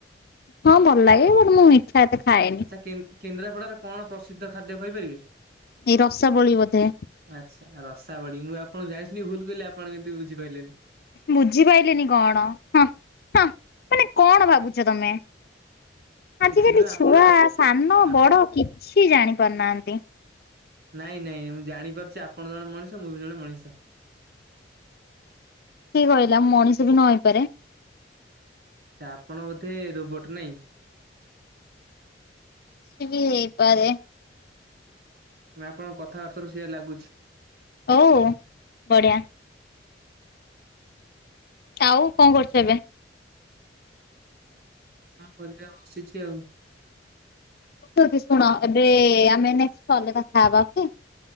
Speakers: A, on the left (about 55°); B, on the right (about 55°).
A: ହଁ ଭଲ ଲାଗେ ବଟ ମୁଁ ମିଠା ଏତେ ଖାଏନି।
B: କେ କେନ୍ଦ୍ରାପଡାରେ କଣ ପ୍ରସିଦ୍ଧ ଖାଦ୍ୟ କହିପାରିବେ?
A: ଏଇ ରସାବଳୀ ବୋଧେ।
B: ଆଛା ରସା ବଳି ମୁଁ ଆପଣଙ୍କୁ ଜାଣିି ଶୁଣି ଭୁଲ୍ କହିଲି ଆପଣ କେମିତି ବୁଝି ପାରିଲେ।
A: ବୁଝିପାଇଲିିନି କଣ ହଁ ହଁ। ମାନେ କଣ ଭାବୁଚ ତମେ? ଆଜିକାଲି
B: କିଛି ନୁହେଁ
A: ଛୁଆ
B: ଆପଣ
A: ସାନ
B: ଆପଣ
A: ବଡ କିଛି ଜାଣି ପାରୁନାହାନ୍ତି।
B: ନାଇଁ ନାଇଁ ମୁଁ ଜାଣିପାରୁଛି ଆପଣ ଜଣେ ମଣିଷ ମୁଁ ବି ଜଣେ ମଣିଷ।
A: କିଏ କହିଲା ମଣିଷ ବି ନ ହେଇପାରେ।
B: ସେ ଆପଣ ବୋଧେ ରୋବୋଟ ନାଇଁ।
A: କିଛି ବି ହେଇପାରେ।
B: ନାଁ ଆପଣଙ୍କ କଥାବାର୍ତ୍ତାରୁ ସେଇଆ ଲାଗୁଛି।
A: ହୋଉ ବଢ଼ିଆ। ଆଉ କଣ କରୁଚୁ ଏବେ?
B: କଣ ପରିବା ବସିଛି ଆଉ।
A: କୋହୁଚି ଶୁଣ ଏବେ ଆମେ ନେଷ୍ଟେ କଲ୍ ରେ କଥା ହବା ଓକେ।